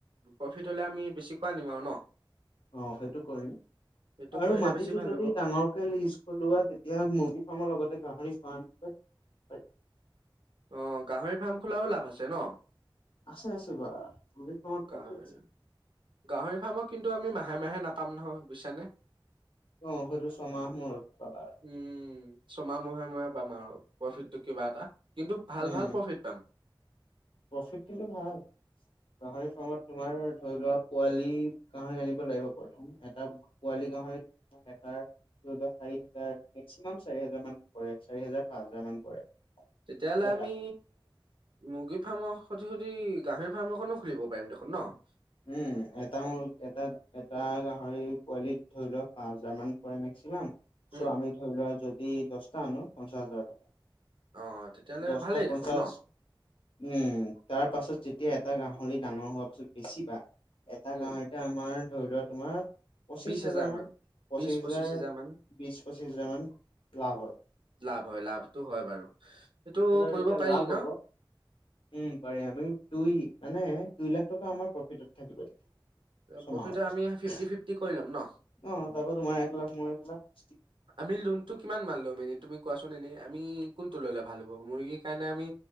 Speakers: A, on the right; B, on the left.
A: প্ৰফিট হ'লে আমি বেছি ম আৰু ন?
B: অ সেইটো কৰিম।
A: সেইটো
B: আৰু
A: কৰিলে
B: মাটিতো
A: বেছি ভাল
B: যদি
A: হ'ব
B: ডাঙৰকে লিজ খলোৱা তেতিয়া মুৰ্গী ফাৰ্মৰ লগতে গাহৰি পপ <unintelligible>
A: অ গাহৰি ফাৰ্ম খোলাও লাভ আছে ন?
B: আছে আছে বা গাহৰি ফাৰ্মত
A: গাহৰি
B: প্ৰফিট
A: গাহৰি ফাৰ্মক কিন্তু আমি মাহে মাহে নাপাম নহয় বুইছানে?
B: অ হয়টো ছমাহ মূৰত পাবা আৰু।
A: উম ছমাহ মহে মহে পাম আৰু প্ৰফিটটো কিবা এটা কিন্তু ভাল
B: উম
A: ভাল প্ৰফিট পাম।
B: প্ৰফিট কিন্তু ভাল গাহৰি ফ্ৰামত তোমাৰ ধৰি লোৱা পোৱালি গাহৰি আনিব লাগিব প্ৰথম এটা পোৱালি গাহৰিত এ চাৰি হাজাৰ মেক্সিমাম চাৰি হাজাৰ মান পৰে চাৰি হাজাৰ, পাঁচ হাজাৰ মান পৰে।
A: তেতিয়াহ'লে
B: এটা
A: আমি মুৰ্গী ফাৰ্মৰ- স সুধি গাহৰি ফাৰ্ম এখনো খুলিব পাৰিম দেখোন ন?
B: উম, এটা মোৰ এটা এটা গাহৰি পোৱালিক ধৰি লোৱা পাঁচ হাজাৰ মান পৰে মেক্সিমাম চ'
A: উম
B: আমি ধৰি লোৱা যদ এই দশটা আনো পঞ্চাশ হাজাৰ টকা।
A: অ তেতিয়াহ'লে
B: দশটা
A: ভালেই
B: পঞ্চাশ,
A: দেখোন ন
B: উম, তাৰ পাছত যেতিয়া এটা গাহৰি ডাঙৰ হোৱা পাছত বেছিবা এটা
A: উম
B: গাহৰিতে আমাৰ ধৰি লোৱা তোমাৰ পঁচিশ
A: বিশ হেজাৰ
B: হাজাৰ মান পঁচিশ
A: বিশ
B: হাজাৰ,
A: হেজাৰ মান
B: বিশ পঁচিছ হাজাৰ, মান লাভ হয়।
A: লাভ হয় লাভটো হয়
B: এক
A: বাৰু। এইটো
B: হাজাৰ
A: কৰিব
B: যেতিয়া
A: পাৰি
B: লাভ
A: ন
B: হ'ব, উম পাৰি আমি দুই মানে, দুই লাখ টকা আমাৰ প্ৰফিটত থাকিব তেতিয়া। ছমাহৰ
A: প্ৰফিট
B: পাছত,
A: আমি ফিফটি
B: অ',
A: ফিফটি কৰি ল'ম ন
B: তাৰপিছত মাহে তোমাৰ <unintelligible>
A: আমি লোনটো কিমান মান ল'ম এনেই তুমি কোৱা? <unintelligible> আমি কোনটো ললে ভাল হ'ব মুৰ্গীৰ কাৰণে আমি,